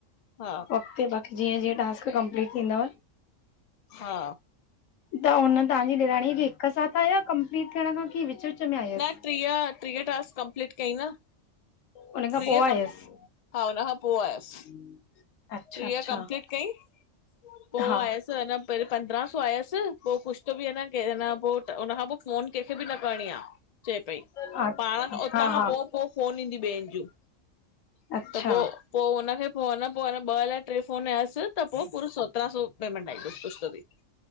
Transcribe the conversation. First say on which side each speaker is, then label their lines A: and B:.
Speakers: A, on the left (about 60°); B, on the left (about 75°).
A: हा
B: वक़्ते बाक़ी जीअं जीअं टास्क कंप्लीट थींदव।
A: हा।
B: त हुन तहांजी ॾेराणीअ खे हिक साथ आया कमपलीट थियण खां, की विच विच में आयसि?
A: न टीह टीह टास्क कंप्लीट कई न।
B: उन खां
A: टीह
B: पो आयसि
A: कम हा हुन खां पोइ आयसि।
B: <unintelligible>
A: टीह
B: अच्छा
A: कंपलीट कई पो
B: हा
A: आयसि अन पहिंरीं पंद्रहं सौ आयसि पो कुझ तो बि अ न क न पोइ हुन खां पो फोन कंहिंखे बि न करणी आ चए पई,
B: हा
A: पाण उतां
B: हा
A: खां पो पो फोन ईंदी ॿियनि जूं
B: अच्छा
A: त पो पो हुनखे पो ॿ अलाए टे फोन आयसि त पो पूरो सत्रा सौ पेमेंट आईंतसि कुछु त भी।